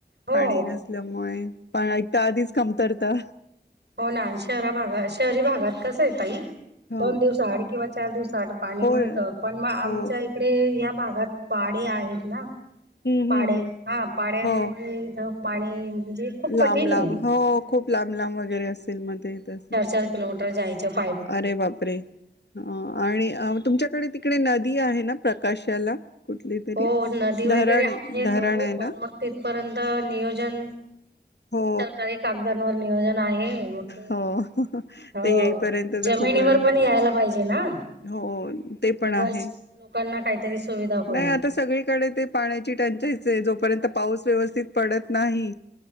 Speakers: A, on the right; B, on the left.
A: हो
B: पाणी नसल्यामुळे प ऐकता आधीच कमतरता.
A: हो ना शहरा भागात शहरी भागात कसं आहे तई
B: हा
A: दोन दिवस हड किंवा चार दिवस आड पाणी
B: हो
A: मिळतं पण मग
B: हो
A: आमच्या इकडे या भागात पाडे आहेत ना
B: हम्म
A: पाडे
B: हम्म हम्म
A: हा पाड्यांमुळे
B: हो
A: इथ पाणी म्हणजे खूप
B: लांब
A: कठीण
B: लांब
A: आहे.
B: हो
A: हम्म.
B: खूप लांब लांब वगैरे असेल मध्ये तसं
A: ार किलोमीटर जायचं पा
B: अरे बापरे आणि तुमच्याकडे त इिकडे नदी आहे ना प्रकाशाला कुठली तरी
A: हो नदी
B: धरण
A: वगैरे आहे
B: धरण
A: त
B: आहे ना
A: पण मग तिथपर्यंत नियोजन
B: हो
A: सरकारी कागदांवर नियोजन आहे. मग ते
B: हो
A: हो
B: ते येईपर्यंत
A: जमिनीवर
B: तर खूप येऊन.
A: पण यायला पाहिजे ना
B: हो ते पण
A: तेव्हाच
B: आहे
A: लोकांना काहीतरी सुविधा होईल
B: नाही आता सगळीकडे ते पाण्याची टचाच आहे जोपर्यंत पाऊस व्यवस्थित पडत नाही.